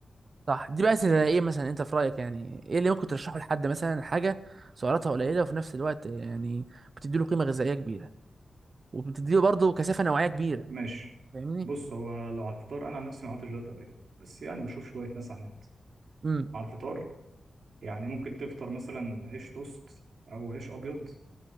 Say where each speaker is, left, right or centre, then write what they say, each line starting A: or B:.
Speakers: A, on the right; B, on the right.
A: صح دي بقى زي ايه مثلا انت في رايك يعني ايه اللي ممكن ترشحه لحد مثلا حاجه سعراتها قليله وفي نفس الوقت يعني بتدي له قيمه غذائيه كبيره وبتدي له برضه كثافه نوعيه كبيره يعني
B: ماشي
A: فاهمني
B: بص هو لو على الفطار انا عن نفسي ما عملتش دايت قبل كده بس يعني بشوف شويه ناس على النت
A: امم
B: على الفطار يعني ممكن تفطر مثلا عيش توست او عيش ابيض